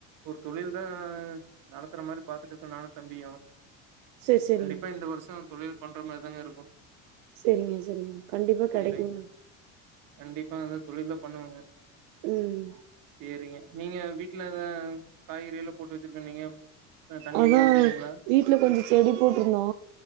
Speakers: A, on the right; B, on the right.
A: ஒரு தொழில்தா நடத்தற மாரி பாத்துட்ருக்கோ நானு தம்பியு
B: சேரி சேரிங்
A: கண்டிப்பா இந்த வருஷோ தொழில் பண்ற மாரிதாங்க இருக்
B: செரிங்க செரிங்க கண்டிப்பா
A: சேரிங்க
B: கெடைக்குங்க
A: கண்டிப்பா எதோ தொழில்தா பண்ணுவேங்க
B: ம்
A: சேரிங்க நீங்க வீட்லதா காய்கறில்லா போட்டு வச்சிருக்கன்னீங்க தண்ணி
B: அதா
A: எல்லா ஊத்திட்டீங்களா
B: வீட்ல கொஞ்ச செடி போட்டுருந்தோ